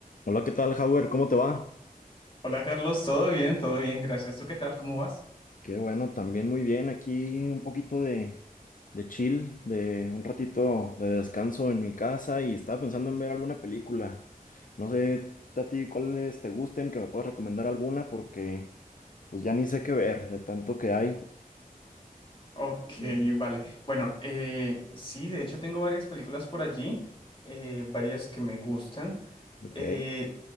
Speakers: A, on the left (about 60°); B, on the left (about 35°).
A: Hola, ¿qué tal, Howard? ¿Cómo te va?
B: Hola Carlos, todo bien, todo bien, gracias. ¿Tú qué tal? ¿Cómo vas?
A: Qué bueno, también muy bien. Aquí un poquito de, de chill, de un ratito de descanso en mi casa y estaba pensando en ver alguna película. No sé a ti cuáles te gusten, que me puedas recomendar alguna porque pues ya ni sé qué ver de tanto que hay.
B: Ok, vale. Bueno, eh, sí, de hecho tengo varias películas por allí, eh, varias que me gustan.
A: Ok.
B: Eh,